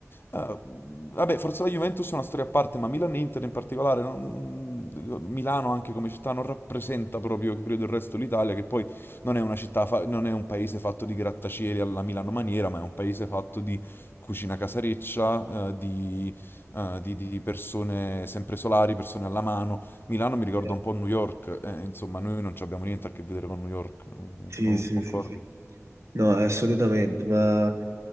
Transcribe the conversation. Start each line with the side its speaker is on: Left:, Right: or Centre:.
Left: Eh, vabbè, forse la Juventus è una storia a parte, ma Milan e Inter in particolare, non- Milano anche come città non rappresenta proprio, credo, il resto dell'Italia, che poi non è una città, fa- non è un paese fatto di grattacieli alla Milano maniera, ma è un paese fatto di cucina casareccia, eh, di, eh, di- di persone sempre solari, persone alla mano. Milano mi ricorda
Right: Eh.
Left: un po' New York, eh, insomma, noi non ci abbiamo niente a che vedere con New York,
Right: Sì,
Left: con-
Right: sì,
Left: concordi?
Right: sì, sì. No, assolutamente, ma,